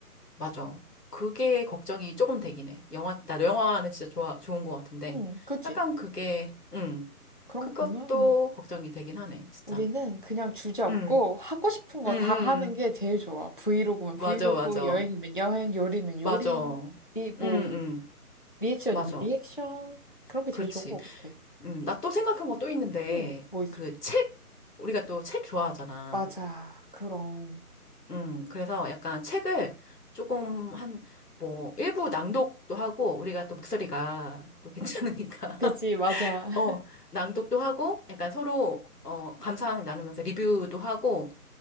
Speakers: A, on the left; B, on the left.
A: 맞아. 그게 걱정이 조금 되긴 해. 영화, 나 영화는 진짜 좋아, 좋은 것 같은데.
B: 응, 그치.
A: 약간 그게, 음
B: 그런
A: 그것도
B: 거 보면
A: 걱정이 되긴 하네, 진짜.
B: 우리는 그냥 주제 없고
A: 음
B: 하고 싶은 거
A: 음음
B: 다 하는 게
A: 음.
B: 제일 좋아. 브이로그면 브이로그,
A: 맞아, 맞아.
B: 여행이면 여행, 요리면
A: 맞아.
B: 요리, 리, 뭐,
A: 음 음
B: 리액션이면
A: 맞아.
B: 리액션. 그런 게
A: 그렇지.
B: 제일 좋은 것 같아.
A: 음, 나 또 생각한 거 또 있는데,
B: 응, 뭐 있어.
A: 그 책, 우리가 또 책 좋아하잖아.
B: 맞아. 그럼.
A: 음, 그래서 약간 책을 조금 한, 뭐, 일부 낭독도 하고, 우리가 또 목소리가 또 <laughs> 괜찮으니까.
B: 그치, 맞아. <laughs>
A: 어, 낭독도 하고, 약간 서로, 어, 감상 나누면서 리뷰도 하고,